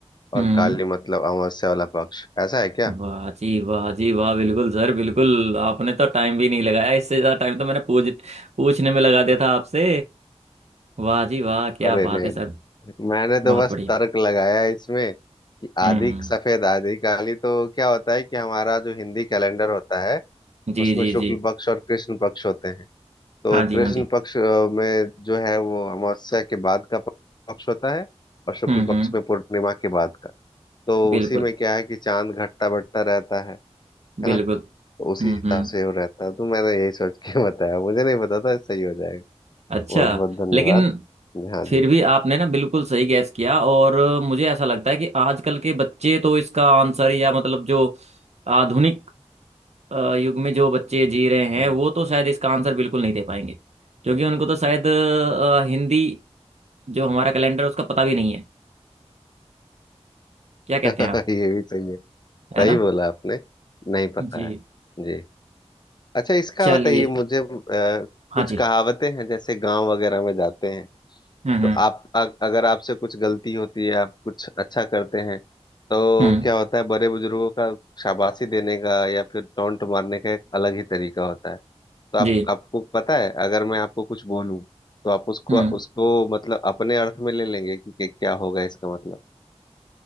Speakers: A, on the left (about 40°); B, on the right (about 75°).
A: और
B: हम्म
A: काली मतलब अमावस्या वाला पक्ष ऐसा है क्या
B: वाह जी वाह जी वाह बिल्कुल सर बिल्कुल आपने तो टाइम भी नहीं लगाया इससे ज्यादा टाइम तो मैंने पूछ पूछने में लगा दिया था आपसे वाह जी वाह क्या
A: अरे
B: बात
A: नहीं
B: है सर
A: नहीं। मैंने
B: बहुत
A: तो बस
B: बढ़िया
A: तर्क लगाया है इसमें कि आधी
B: हम्म
A: सफेद आधी काली तो क्या होता है कि हमारा जो हिंदी कैलेंडर होता है
B: जी
A: उसमें
B: जी
A: शुक्ल
B: जी
A: पक्ष और कृष्ण पक्ष होते हैं तो
B: हाँ जी
A: कृष्ण
B: हाँ जी
A: पक्ष अ, में जो है वो अमावस्या के बाद का पक्ष होता है और शुक्ल
B: हम्म हम्म
A: पक्ष में पूर्णिमा के बाद का तो
B: बिल्कुल
A: उसी में क्या है कि चांद घटता बढ़ता रहता है
B: बिल्कुल
A: है ना उसी
B: हम्म
A: हिसाब
B: हम्म
A: से वो रहता है तो मैंने यही सोच के <laughs> बताया मुझे नहीं पता था सही हो जाएगा
B: अच्छा
A: बहुत बहुत धन्यवाद
B: लेकिन
A: हाँ
B: फिर
A: जी
B: भी आपने ना बिल्कुल सही गैस किया और मुझे ऐसा लगता है कि आजकल के बच्चे तो इसका आंसर या मतलब जो आधुनिक अ, युग में जो बच्चे जी रहे हैं
A: हम्म।
B: वो तो शायद इसका आंसर बिल्कुल नहीं दे पाएंगे क्योंकि उनको तो शायद अ, हिंदी जो हमारा कैलेंडर है उसका पता भी नहीं है क्या कहते
A: <laughs>
B: हैं आप
A: ये भी सही है
B: है
A: सही
B: ना
A: बोला आपने नहीं पता
B: जी
A: है जी अच्छा इसका
B: चलिए
A: बताइए मुझे अ,
B: हाँ
A: कुछ
B: जी
A: कहावतें हैं जैसे गांव वगैरह में जाते हैं
B: हम्म
A: तो
B: हम्म
A: आप अ- अगर आपसे कुछ गलती होती है आप कुछ अच्छा करते हैं तो
B: हम्म
A: क्या होता है बड़े बुजुर्गों का शाबाशी देने का या फिर टोंट मारने का एक अलग ही तरीका होता है तो आप
B: जी
A: आपको पता है अगर मैं आपको कुछ बोलूं तो आप उसको
B: हम्म
A: उसको मतलब अपने अर्थ में ले लेंगे कि, कि क्या होगा इसका मतलब